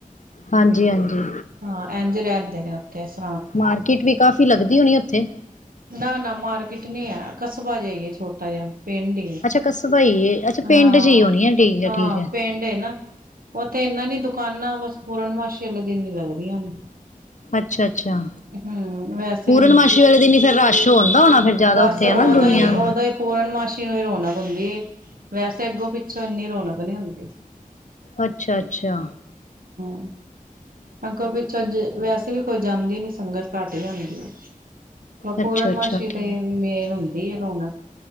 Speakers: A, on the left; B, on the right.
A: ਹਾਂਜੀ ਹਾਂਜੀ
B: ਹਾਂ ਇੰਝ ਰਹਦੇ ਨੇ ਉੱਥੇ ਸ
A: ਮਾਰਕੀਟ ਵੀ ਕਾਫ਼ੀ ਲੱਗਦੀ ਹੋਣੀ ਉੱਥੇ
B: ਨਾ ਨਾ ਮਾਰਕੀਟ ਨੀ ਹੈ ਕਸਬਾ ਜਿਹਾ ਹੀ ਹੈ ਛੋਟਾ ਜਿਹਾ। ਪਿੰਡ ਹੀ ਹੈ।
A: ਅੱਛਾ ਕਸਬਾ ਈ ਹੈ। ਅੱਛਾ ਪਿੰਡ
B: ਹਾਂ
A: ਚ ਹੀ ਉਹਣੀ ਹੈ। ਠੀਕ ਹੈ
B: ਹਾਂ
A: ਠੀਕ ਹੈ
B: ਪਿੰਡ ਏ ਨਾ। ਉੱਥੇ ਇਨਾਂ ਨੀ ਦੁਕਾਨਾਂ ਬਸ ਪੂਰਨਮਾਸ਼ੀ ਵਾਲੇ ਦਿਨ ਹੀ ਲੱਗਦੀਆਂ ਨੇ।
A: ਅੱਛਾ-ਅੱਛਾ
B: ਹੂੰ ਵੈਸੇ
A: ਪੂਰਨਮਾਸੀ
B: ਨੀ
A: ਵਾਲੇ ਦਿਨ ਫਿਰ ਰਾਸ਼ ਹੁਂਦਾ ਹੋਣਾ ਫਿਰ ਜ਼ਿਆਦਾ
B: ਬਸ
A: ਉੱਥੇ
B: ਉਦੋਂ
A: ਹੇਨਾ ਦੁਨੀਆਂ
B: ਹੀ ਉਦੋਂ ਹੀ ਪੂਰਨਮਾਸ਼ੀ ਨੂੰ ਹੀ ਰੌਣਕ ਹੁੰਦੀ ਏ। ਵੈਸੇ ਅੱਗੋਂ ਪਿੱਛੋਂ ਇੰਨੀ ਰੋਨਕ ਨੀ ਹੁੰਦੀ।
A: ਅੱਛਾ-ਅੱਛਾ!
B: <inaudible> ਅੱਗੋਂ ਪਿੱਛੋਂ ਜੇ ਵੈਸ ਵੀ ਕੋਈ ਜਾਂਦੀ ਨੀ ਸੰਗਤ ਘੱਟ ਜਾਂਦੀ ਹੈ।
A: ਅੱਛਾ
B: ਪੂਰਣ
A: ਅੱਛਾ
B: ਮਾਸ਼ੀ
A: ਠੀਕ
B: ਤੇ ਇਹ ਮੇਲ ਹੂਂ ਹੁੰਦੀ ਏ ਰੋਨਕ।